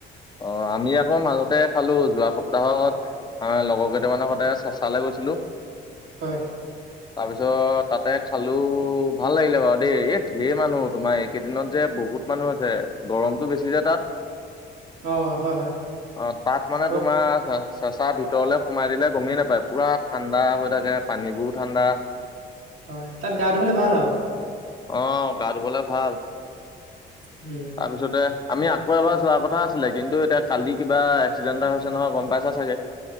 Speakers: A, on the left; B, on the right.
A: অ আমি আকৌ মাজতে খালো যোৱা সপ্তাহত হয় লগৰ কেইটামানৰ সতে চেচালৈ গৈছিলোঁ।
B: হয়।
A: <inaudible> তাৰপিছত তাতে খালো ভাল লাগিলে বাৰু দেই এই ঢেৰ মানুহ তোমাৰ এইকেইদিনত যে বহুত মানুহ আছে গৰমটো বেছি যে তাত।
B: অ হয় হয়।
A: অ তাত মানে
B: গ
A: তোমাৰ চেচা ভিতৰলে সোমাই দিলে গমেই নাপায় পুৰা ঠাণ্ডা হৈ থাকে পানী বোৰও ঠাণ্ডা।
B: হয় তাত গা ধুবলৈ ভাল আৰু।
A: অ গা ধুবলৈ ভাল।
B: উম।
A: তাৰপিছতে আমি আকৌ এবাৰ যোৱাৰ কথা আছিলে কিন্তু এতিয়া কালি কিবা এক্সিডেণ্ট এটা হৈছে নহয় গম পাইছা চাগে। <inaudible>